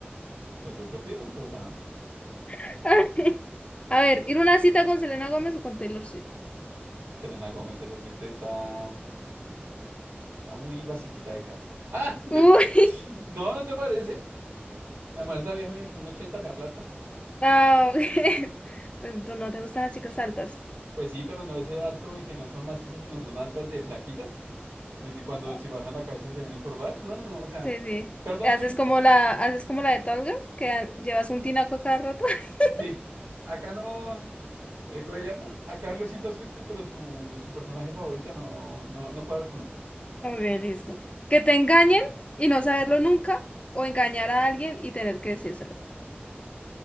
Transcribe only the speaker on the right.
Pues yo prefiero, entonces la...
Selena Gómez, Taylor Swift está... Está muy basiquita de cara. ¡Ah! <laughs>
No, ¿no te parece? Además, esa vieja mía como un 80 me aplasta.
Pues sí, pero no ese alto de que no son macizas, sino son altas de flaquitas. De que cuando
si bajan la cabeza se ven encorvadas. No, no, no. O sea,
perdón,
Sweetie.
Sí. Acá no. eh, ¿cómo se llama? Acá lo siento a Sweetie, pero su, su personaje favorita no, no, no cuadra con los míos.